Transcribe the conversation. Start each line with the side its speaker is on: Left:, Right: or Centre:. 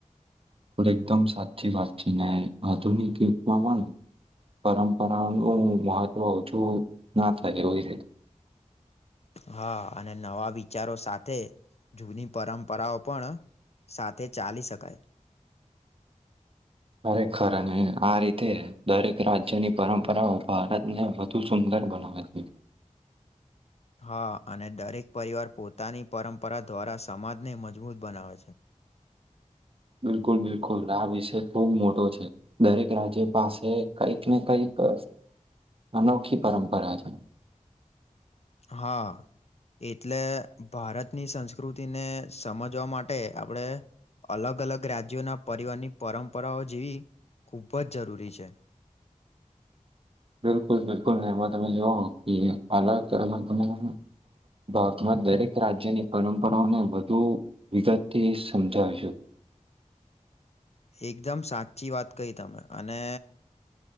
Right: એકદમ સાચી વાત છે ને આધુનિક યુગમાં પણ પરંપરાઓનું ઓ મહત્વ ઓછું ના થાય એવી રીત.
Left: હા અને નવા વિચારો સાથે જૂની પરંપરાઓ પણ સાથે ચાલી શકાય
Right: ખરેખર અને આ રીતે દરેક રાજ્યની પરંપરાઓ ભારતને વધુ સુંદ ર બનાવે છે.
Left: હા, અને દરેક પરિવાર પોતાની પરંપરા દ્વારા સમાજને મજબૂત બનાવે છે.
Right: બિલકુલ બિલકુલ આ વિષય ખુબ મોટો છે દરેક રાજ્ય પાસે કઈક ને કઈક પાસ અનોખી પરંપરા છે.
Left: હા. એટલે ભારતની સંસ્કૃતિને સમજવા માટે આપડે અલગ અલગ રાજ્યોના પરિવારની પરંપરાઓ જેવી ખૂબ જ જરૂરી છે.
Right: બિલકુલ બિલકુલ ને એમાં તમે જો કે અલગ અલગ ને ભારતમાં દરેક રાજ્યની પરંપરાઓને વધુ વિગતથી સમજાવીશું
Left: એકદમ સાચી વાત કહી તમે અને